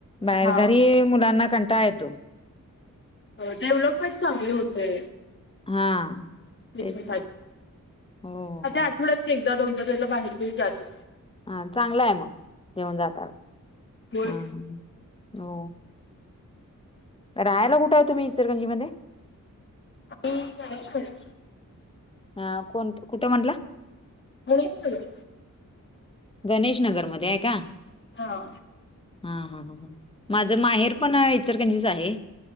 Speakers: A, on the left; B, on the left.
A: बाहेर
B: हा
A: घरी मुलांना कंटाळा टाळा येतो
B: डेव्हलपमेंट चांगली होते
A: हा.
B: त्या
A: तेच की हो हो
B: आठवड्यात एकदा दोनदा त्याला बाहेर घेऊन जातो
A: हा चांगलं आहे मग घेऊन जाता
B: होय
A: ह ह हो राहायला कुठे आहे तुम्ही इचरगंजीमध्ये
B: मी गणेश नगर ला
A: हा कोण कुठे म्हटलं
B: गणेशनगर
A: गणेश नगरमध्ये आहे का
B: हां
A: हा हा ह माझं माहेर पण इचालकरंजीच आहे